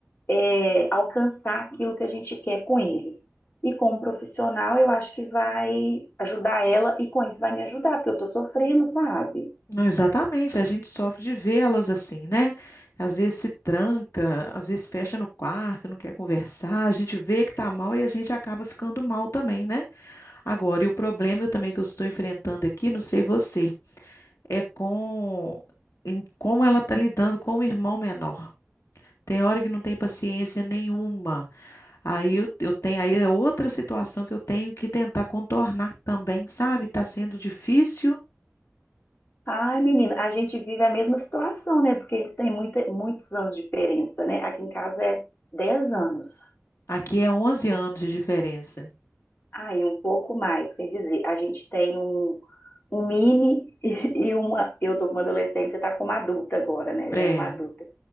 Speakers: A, on the left; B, on the left.
A: é, alcançar aquilo que a gente quer com eles. E como profissional, eu acho que vai ajudar ela, e com isso vai me ajudar, porque eu tô sofrendo, sabe?
B: Não, Exatamente, a gente sofre de vê-las assim, né? Às vezes se tranca, às vezes fecha no quarto, não quer conversar, a gente vê que tá mal e a gente acaba ficando mal também, né? Agora, e o problema eu também que eu estou enfrentando aqui, não sei você, é com em como ela tá lidando com o irmão menor. Tem hora que não tem paciência nenhuma. Aí eu, eu tenho, aí é outra situação que eu tenho que tentar contornar também, sabe? Tá sendo difícil.
A: Ai, menina, a gente vive a mesma situação, né? Porque eles têm muita, muitos anos de diferença, né? Aqui em casa é 10 anos.
B: Aqui é 11 anos de diferença.
A: Ah, e um pouco mais, quer dizer, a gente tem um, um mini <laughs> e, e uma. Eu tô com uma adolescente, você tá com uma adulta agora, né? Já
B: É,
A: é uma adulta.